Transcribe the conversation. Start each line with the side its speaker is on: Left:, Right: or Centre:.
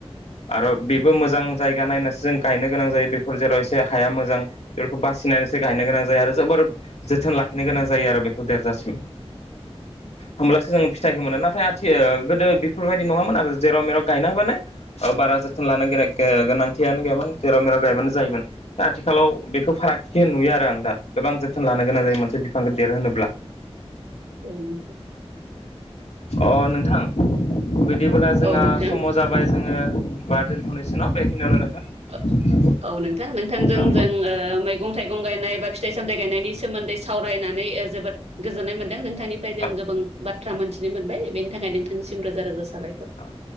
Left: आरो बेबो मोजां जायगा नायनासो जों गायनो गोनां जायो बेफोर जेराव एसे हाया मोजां बेफोरखौ बासिनानैसो गायनो गोनां जायो आरो जोबोर जोथोन लाखिनो गोनां जायो आरो बेखौ देरजासिम। होमब्लासो जोङो फिथाइखौ मोनो ना? नाथाय आथि गोदो बेफोरबायदि नङामोन आरो जेराव मेराव गायनो हाबानो बारा जोथोन लानो गो- गोनां थियानो गैयामोन जेराव मेराव गायबानो जायोमोन। दा आथिखालाव बेखौ फारागथिखौ नुयो आरो आं दा गोबां जोथोन ला नो गोनां जायो मोनसे बिफांखौ देरहोनोब्ला।
Right: <unintelligible>
Left: अ नोंथां बिदिब्ला जोंहा
Right: औ नोंथां
Left: समाव जाबाय जों ङो बा दोनथ'निसै न' बेखिनियावनो नोंथां?
Right: औ औ नोंथां नोंथांजों
Left: औ
Right: जों ओ मैगं थाइगं गायनाय बा फिथाइ सामथाइ गायनायनि सोमोन्दै सावरायना नानै जोबोथ गोजोननाय मोन दों। नोंथांनिफ्राय जों
Left: औ
Right: गोबां बाथ्रा मोनथिनो मोनबाय बेनि थाखाय नोंथांनिसिम रोजा रोजा साबायखर
Left: औ